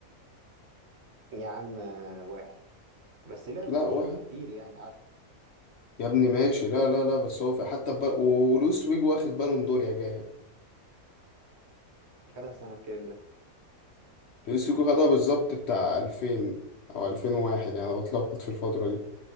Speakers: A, on the right; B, on the left.
A: يا عم آه، واحد بس لعب
B: لا
A: في برشلونه
B: واحد
A: كتير يعني قعد
B: يا ابني ماشي لا لا لا بس هو في حتى بر... ولويس فيجو واخد بالون دور يا جاهل
A: خدها سنه كام ده
B: لويس فيجو خدها بالظبط بتاع 2000 او 2001 يعني انا بتلخبط في الفترة دي